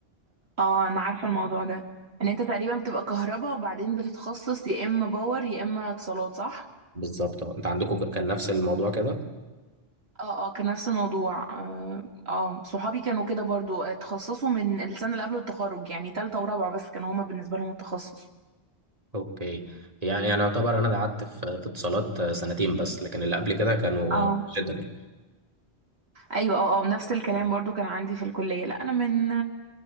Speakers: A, on the right; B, on the right.
A: اه انا عارفة الموضوع ده ان انت تقريبا بتبقى كهرباء وبعدين بتتخصص يا اما باور يا اما اتصالات صح
B: بالظبط أه. انت عندكم كان نفس الموضوع كده
A: اه اه كان نفس الموضوع اه آه، صحابي كانوا كده برضو آه، اتخصصوا من السنة اللي قبل التخرج يعني تالتة ورابعة بس كانوا هما بالنسبة لهم التخصص
B: اوكي يعني يعني يعتبر انا قعدت في في اتصالات آه، سنتين بس لكن اللي قبل كده كانوا
A: اه
B: جنرال
A: ايوه اه اه نفس الكلام برضو كان عندي في الكلية لا انا من